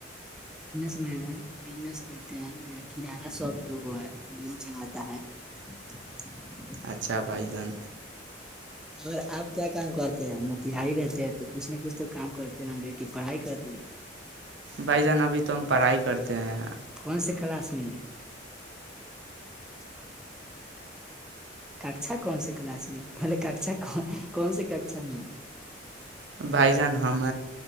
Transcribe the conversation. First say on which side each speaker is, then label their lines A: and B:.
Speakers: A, in the centre; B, on the right (about 70°).
A: اس میں نے بزنس کرتے ہیں میرا کرانہ شابپ دو گو ہے <unintelligible> <unintelligible>
B: اچھا بھائی جان
A: اور آپ کیا کام کرتے ہیں موتہائی رہتے ہیں تو کچھ نہ کچھ تو کام کرتے ہیں کہ پڑھائی کرتے ہیں
B: بھائی جان ابھی تو ہم پڑھائی کرتے ہیں
A: کون سی کلاس میں اچھا اچھا ککشا کون سے کلاس میں بلے ککشا کون سی ککشا میں ہے تھوڑا
B: بھائی جان ہم